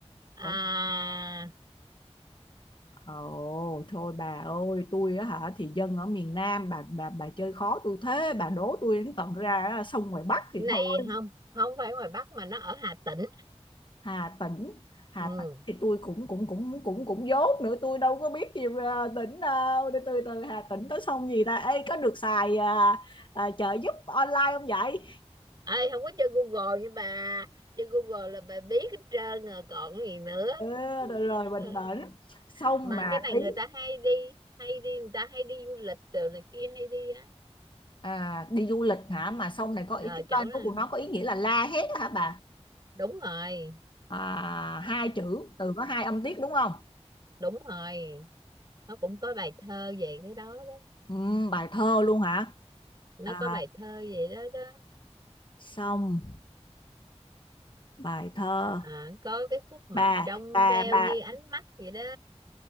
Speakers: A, on the right (about 35°); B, on the left (about 45°).
A: à,
B: Ủa, Ồ, thôi bà ơi, tôi á hả thì dân ở miền Nam bà bà bà chơi khó tôi thế, bà đố tôi đến tận ra sông ngoài Bắc thì
A: này
B: thôi.
A: không không phải ngoài Bắc mà nó ở Hà Tĩnh
B: Hà Tĩnh Hà
A: ừ
B: Tĩnh thì tôi cũng cũng cũng cũng cũng dốt nữa tôi đâu có biết gì về tỉnh đâu để từ từ Hà Tĩnh có sông gì ta Ê có được xài à, à, trợ giúp online không vậy
A: ơi không có chơi Google nha bà chơi Google là bà biết hết trơn rồi còn gì nữa
B: ừ,
A: <laughs>
B: rồi rồi bình tĩnh sông
A: mà
B: mà
A: cái này
B: ý
A: người ta hay đi hay đi người ta hay đi du lịch từ này kia hay đi á
B: à, đi du lịch hả mà sông này có ý
A: Ờ,
B: cái
A: chỗ
B: tên
A: này
B: của nó có ý nghĩa là la hét á hả bà
A: đúng rồi
B: à, hai chữ từ có hai âm tiết đúng không
A: đúng rồi nó cũng có bài thơ về cái đó đó
B: Ừm, bài thơ luôn hả
A: nó
B: à,
A: có bài thơ về đó đó
B: sông bài thơ
A: à, có cái khúc mà
B: bà
A: trong
B: bà
A: veo
B: bà
A: như ánh mắt vậy đó